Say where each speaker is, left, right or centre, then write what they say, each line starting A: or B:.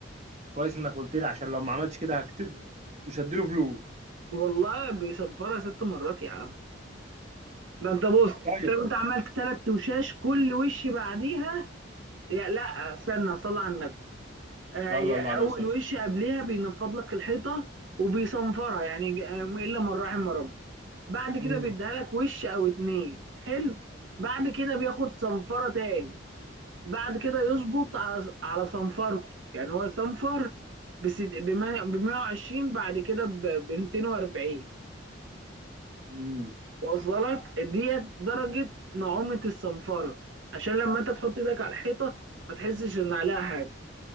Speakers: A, on the right; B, on the right.
A: كويس انك قلت لي عشان لو ما عملتش كده هقتله مش هديله فلوس
B: والله بيصفرها ست مرات يا عم ده انت بص
A: طيب
B: انت لو انت عملت ثلاث وشاش كل وش بعديها يا لا استنى صلي على النبي آه
A: صلى
B: يا
A: الله عليه
B: اول
A: وسلم
B: وش قبلها بينفض لك الحيطه وبيصنفرها يعني ج- آه، الا من رحم ربي بعد
A: امم
B: كده بيديها لك وش او اتنين حلو بعد كده بياخد صنفره تاني بعد كده يظبط على على صنفرته يعني هو صنفر بس ب 120 بعد كده ب 240
A: امم
B: واصله لك ديت درجه نعومه الصنفره عشان لما انت تحط ايدك على الحيطه ما تحسش ان عليها حاجه